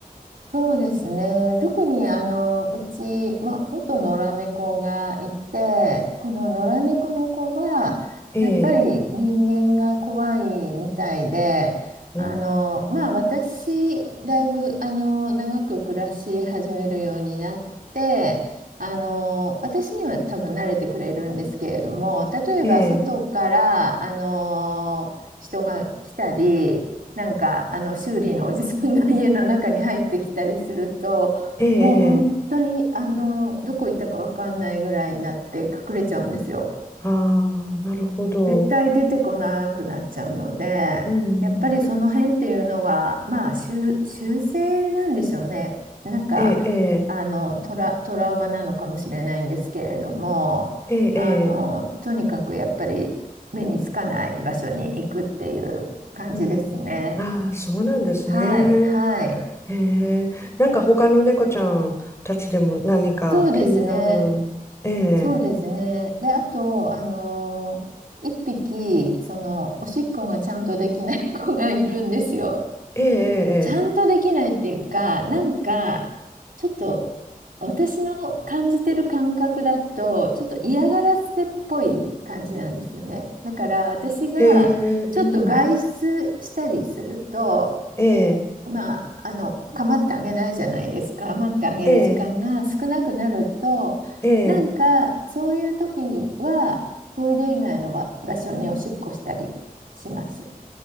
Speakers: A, on the right (about 70°); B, on the left (about 20°).
A: そうですね。特にあの、うち、ま、元野良猫がいて、この野良猫の子は、
B: ええ、
A: やっぱり人間が怖いみたいで、
B: うん、
A: あの、まあ私、だいぶあの、長く暮らし始めるようになって、あの、私には多分慣れてくれるんですけれども、例えば外から、
B: ええ、
A: あの、人が来たり、なんかあの修理のおじさんが <laughs> 家の中に入ってきたりするともう本当にあのどこ行ったか分かんないぐらいになって隠れちゃうんですよ。
B: ええ、ええああ、なるほど。
A: 絶対出てこなくなっちゃうのでやっぱりその辺っていうのはまあ修、
B: うん。
A: 修正なんでしょうね。なんかあのトラ、
B: ええ、ええ、
A: トラウマなのかもしれないんですけれどもあのとにかくやっぱり目につかない場所に行くっていう感じですね。
B: ええ、ええうん。ああ、そうなんですね。
A: はい、はい。
B: へえ。なんか他の猫ちゃんたちでも何か気になる。
A: そうですね。
B: ええ、
A: そうですね。で、あと、あのー一匹、その、おしっこがちゃんとできない子がいるんですよ。
B: ええ、
A: ちゃんとできないっていうか、なんか、ちょっと、私の感じてる感覚だと、ちょっと嫌がらせっぽい感じなんですよね。だから、私が、
B: ええ。ええへえ、
A: ちょっと外出したりすると、
B: うん。ええ、
A: まあ、あの、構ってあげないじゃないですか。構ってあげる時間が少なくなると、
B: ええ、ええ。
A: なんか、そういう時には、トイレ以外の場、場所におしっこしたりします。